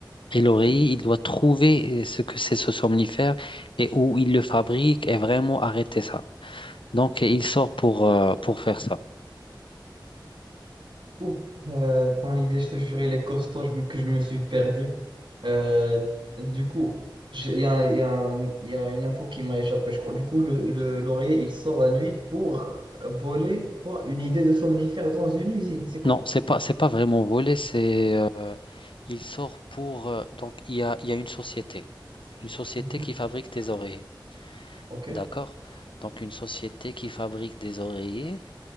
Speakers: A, on the left; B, on the right.
A: Et l'oreiller,
B: ok.
A: il doit trouver euh, ce que c'est ce somnifère et où il le fabrique et vraiment arrêter ça. Donc, il sort pour, euh, pour faire ça.
B: Ouh. Euh, ton idée, je te jure, il est costaud je me- que je me suis perdu. Euh, du coup, j'ai- il y a, il y a un- il y a une info qui m'a échappé, je crois. Du coup, le, le- l'oreiller, il sort la nuit pour voler quoi? Une idée de somnifère dans une usine. C'est quoi?
A: Non, c'est pas, c'est pas vraiment voler, c'est, euh, il sort pour, euh, donc, il y a, il y a une société, une société
B: Mhm.
A: qui fabrique des oreillers.
B: Ok.
A: D'accord? Donc, une société qui fabrique des oreillers